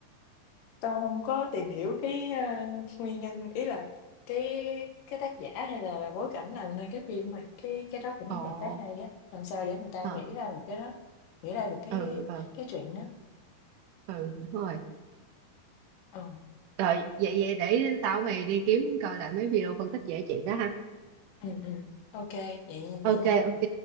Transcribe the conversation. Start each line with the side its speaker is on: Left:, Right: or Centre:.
Left: tao không có tìm hiểu cái, a, nguyên nhân, ý là cái cái tác giả hay là bối cảnh làm nên cái phim mà, cái cái đó cũng
Right: ồ
Left: một cái hay á, làm sao để người ta
Right: ờ
Left: nghĩ ra một cái đó, nghĩ ra được cái
Right: ừ ừ
Left: cái chuyện đó.
Right: ừ đúng rồi
Left: Ờ,
Right: rồi vậy vậy để tao mày đi kiếm coi lại mấy video phân tích về chuyện đó ha
Left: ừ ừm, ô vậy vậy
Right: ok
Left: nha.
Right: ok